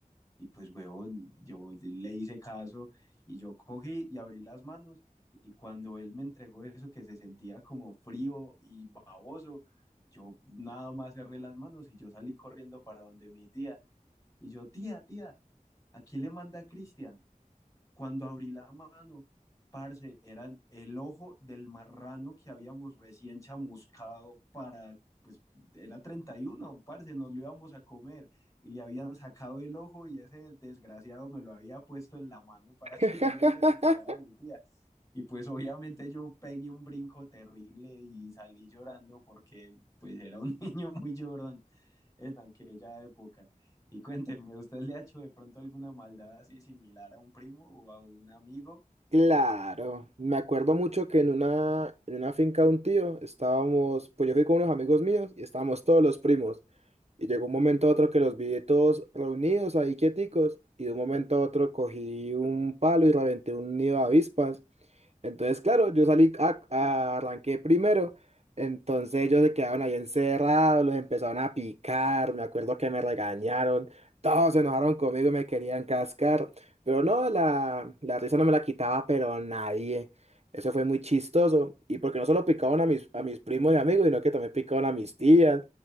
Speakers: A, on the left; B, on the right.
A: Y pues, huevón, yo le hice caso y yo cogí y abrí las manos y cuando él me entregó eso que se sentía como frío y baboso, yo nada más cerré las manos y yo salí corriendo para donde mi tía. Y yo, tía, tía, ¿a quién le manda a Cristian? Cuando abrí la mano, parce, eran el ojo del marrano que habíamos recién chamuscado para, pues era 31, parce, nos lo íbamos a comer y le habían sacado el ojo y ese desgraciado me lo había puesto en la mano para
B: <laughs>
A: que yo se lo entregara a mi tía. Y pues obviamente yo pegué un brinco terrible y salí llorando porque pues era un <laughs> niño muy llorón en aquella época. Y cuénteme, ¿usted le ha hecho de pronto alguna maldad así similar a un primo o a un amigo?
B: Claro, me acuerdo mucho que en una, en una finca de un tío estábamos, pues yo fui con unos amigos míos y estábamos todos los primos. Y llegó un momento a otro que los vi todos reunidos ahí quieticos y de un momento a otro cogí un palo y reventé un nido de avispas. Entonces, claro, yo salí, a- a- arranqué primero. Entonces ellos se quedaron ahí encerrados, los empezaron a picar, me acuerdo que me regañaron, todos se enojaron conmigo y me querían cascar, pero no, la, la risa no me la quitaba, pero nadie. Eso fue muy chistoso, y porque no solo picaban a mis, a mis primos y amigos, sino que también picaban a mis tías.